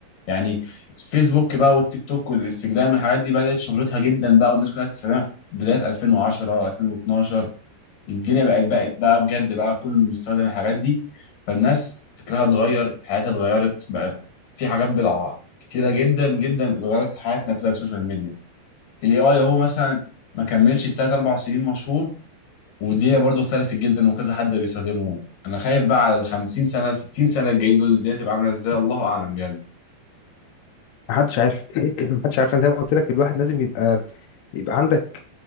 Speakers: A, on the left (about 50°); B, on the left (about 80°).
A: يعني فيسبوك بقى والتيك توك والانستجرام والحاجات دي بدات شهرتها جدا بقى والناس كلها تستخدمها في بدايه 2010 2012 الدنيا بقت بقت بقى بجد بقى كله بيستخدم الحاجات دي فالناس فكرها اتغير حياتها اتغيرت بقى في حاجات بالع كتيره جدا جدا اتغيرت في حياتنا بسبب السوشيال ميديا الاي اي اهو مثلا ما كملش التلات اربع سنين مشهور والدنيا برضو اختلفت جدا وكذا حد بيستخدمه انا خايف بقى على ال 50 سنه 60 سنه الجايين دول الدنيا تبقى عامله ازاي الله اعلم بجد
B: محدش عارف <clears throat> محدش عارف أنا زي ما قلت لك الواحد لازم يبقى يبقى عندك